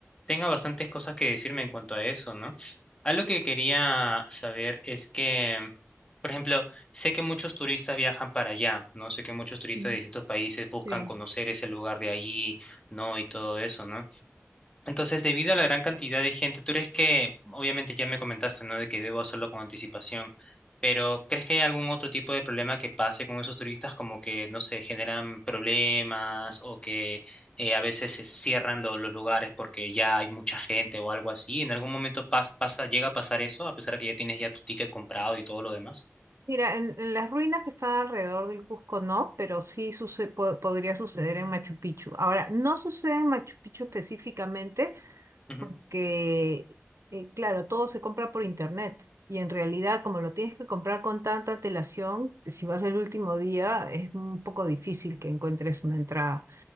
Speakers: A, on the left; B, on the right.
A: tenga bastantes cosas que decirme en cuanto a eso, ¿no? Algo que quería saber es que, por ejemplo, sé que muchos turistas viajan para allá, ¿no? Sé que muchos turistas
B: Ujú.
A: de distintos países buscan
B: Sí.
A: conocer ese lugar de allí, ¿no? Y todo eso, ¿no? Entonces, debido a la gran cantidad de gente, ¿tú crees que, obviamente ya me comentaste, ¿no? De que debo hacerlo con anticipación, pero ¿crees que hay algún otro tipo de problema que pase con esos turistas, como que, no sé, generan problemas o que eh, a veces se cierran lo- los lugares porque ya hay mucha gente o algo así? ¿En algún momento pas- pasa, llega a pasar eso, a pesar de que ya tienes ya tu ticket comprado y todo lo demás?
B: Mira, en, en las ruinas que están alrededor del Cusco no, pero sí suce- po- podría suceder en Machu Picchu. Ahora, no sucede en Machu Picchu específicamente
A: Ujú.
B: porque, eh, claro, todo se compra por internet y en realidad como lo tienes que comprar con tanta antelación, si vas el último día es un poco difícil que encuentres una entrada.